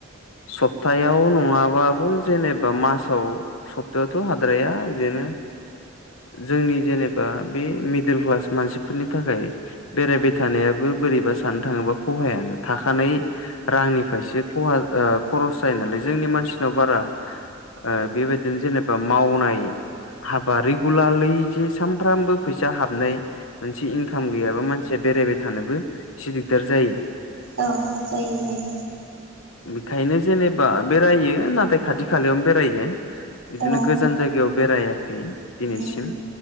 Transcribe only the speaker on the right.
औ जायो जायो
औ
उम